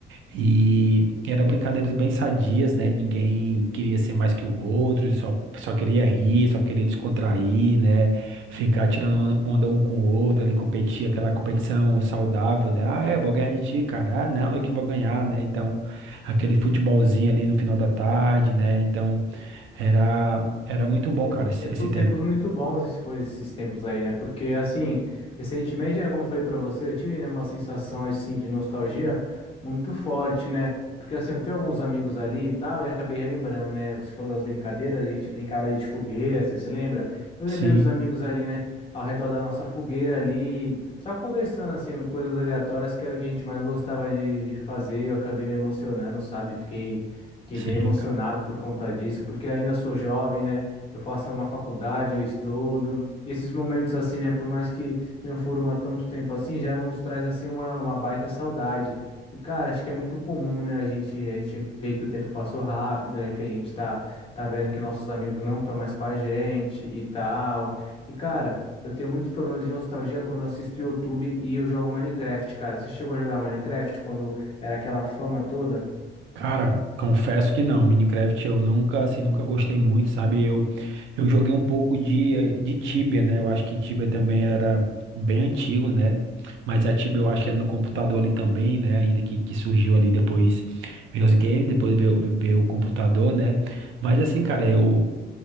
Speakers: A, on the right; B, on the left.
A: E era brincadeiras bem sadias, né? Ninguém queria ser mais que o outro, só, só queria rir, só queria descontrair, né? Ficar tirando onda um com o outro, ali competir, aquela competição saudável, né? Ah, é, eu vou ganhar de ti, cara. Ah, não, eu que vou ganhar, né? Então, aquele futebolzinho ali no final da tarde, né? Então, era, era muito bom,
B: Tem-
A: cara, esse,
B: Tempos,
A: esse tempo.
B: tempos muito bons esses foi esses tempos aí, né? Porque assim, recentemente, né, como eu falei pra você, eu tive, né, uma sensação assim de nostalgia muito forte, né? Porque assim, eu tenho alguns amigos ali e tal, e acabei relembrando, né? Você falou das brincadeiras, a gente brincava ali de fogueira, você se lembra? Eu
A: Sim,
B: lembrei dos amigos ali, né, ao redor da nossa fogueira ali, só conversando assim, coisas aleatórias, que era o que a gente mais gostava de, de fazer, e eu acabei me emocionando, sabe? Fiquei, fiquei
A: sim.
B: bem emocionado por conta disso, porque ainda sou jovem, né? eu faço uma faculdade, eu estudo. E esses momentos assim, né, por mais que não foram há tanto tempo assim, já nos traz assim uma, uma baita saudade. E cara, acho que é muito comum, né, a gente a gente ver que o tempo passou rápido, né, que a gente tá tá vendo que nossos amigos não estão mais com a gente e tal. E cara, eu tenho muitos problemas de nostalgia quando eu assisto YouTube e eu jogo Minecraft, cara. Você chegou a jogar Minecraft quando era aquela fama toda?
A: Cara, confesso que não, Minecraft eu nunca, assim, nunca gostei muito, sabe? Eu, eu joguei um pouco de, eh, de Tibia, né? Eu acho que Tibia também era bem antigo, né? Mas a Tibia eu acho que era no computador ali também, né? Ainda que, que surgiu ali depois, veio os games, depois veio, veio o computador, né? Mas assim, cara, eu,